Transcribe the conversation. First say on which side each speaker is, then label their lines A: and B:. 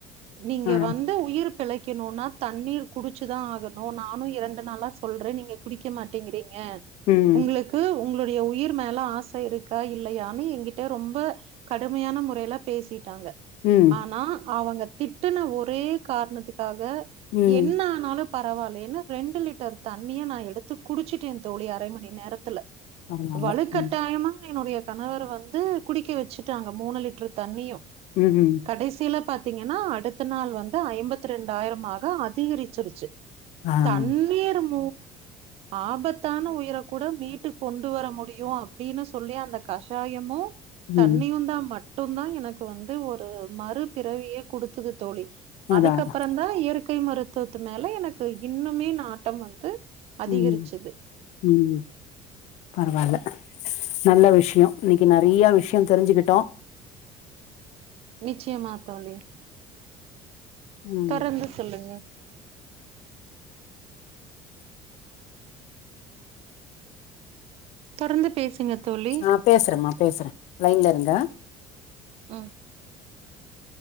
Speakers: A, on the right (about 50°); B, on the left (about 60°).
A: நீங்க
B: ஆ
A: வந் ந்து உயிரு பெழைக்கணுனா தண்ணீரு குடுச்சுதா ஆகண நானூ இரண்டு நாளா சொல்றே நீங்க எப் குடிக்க மாட்டேங்கிறீங்க
B: ம்
A: உங்ளுக்கு உங்களுடைய உயிர் மேல ஆச இருக்கா இல்லையானு எங்கிட் ட்டு ரொம்ப கடுமையான முறைல பேசிட்டாங்க
B: ம்
A: ஆனா அவுங்க திட்டுன ஒரே காரணத்துக்காக
B: ம்
A: என்ன ஆனாலு பரவால்லைனு ரெண்டு லிட்டர் தண்ணியு நா எடுத்து குடிச்சுட்டே தோழி அரை மணி நேரத்துல
B: பரவால்ல
A: வலுக்கட்டாயமா
B: ம்
A: என்னுடைய கணவர் வந் வந்து குடிக்க வெச்சுட்டாங்க மூணு லிட்ரு தண்ணியு
B: ம் ம்
A: கடைசில பாத்தீங்கனா அடுத்த நாளு வந்து ஐம்பத்தி ரெண்டாயிரமாக அதிகரிச்சுருச்சு
B: ஆ
A: தண்ணீரும்
B: <inaudible>
A: ஆபத்தான உயிரக் கூட மீட்டு கொண்டு வர முடியு அப்டினு சொல்லி அந்த கஷாயமு
B: ம்
A: தண்ணியுந்தா மட் ட்டுந்தா எனக்கு வந்து ஒரு மறுபிறவியே குடுத்தது தோழி
B: அதா
A: அதுக்கப்பறந்தா
B: அதா
A: இயற் இயற்கை மருத்துவத்து மேல எனக்கு இன்னுமே நாட்டம் வந்து அதிகரிச்சது
B: ம் ம் பரவால்ல நல்ல விஷ்ய இன்னக்கி நெறையா விஷ்ய தெரிஞ்சுகிட்டோ
A: நிச்சயமா தோழி
B: ம்
A: தொரந்து சொல்லுங்க தொடர்ந்து பேசுங்க தோழி
B: ஆ பேசுறேமா பேசுறே லைன்ல இருங்க
A: ம்